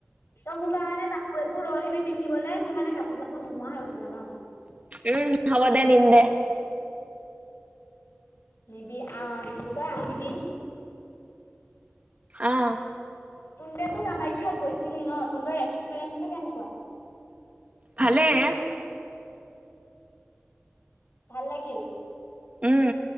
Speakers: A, on the left; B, on the right.
A: ত ই মোৰ কাৰণে কাপোৰ এযোৰ লৈ আহিবি পিন্ধিবলৈ মোৰ মানে কাপোৰ চাপোৰ নোহোৱা হৈ গৈছে জান
B: উম হ'ব দে দিম দে।
A: মেবি আহ কি কয় আহিবি
B: অ
A: <unintelligible> তো কামাই <unintelligible> গৈছিলি ন <unintelligible> এক্সপিৰিয়েঞ্চ টো কেনেকুৱা?
B: ভালেই
A: ভাল লাগিল
B: উম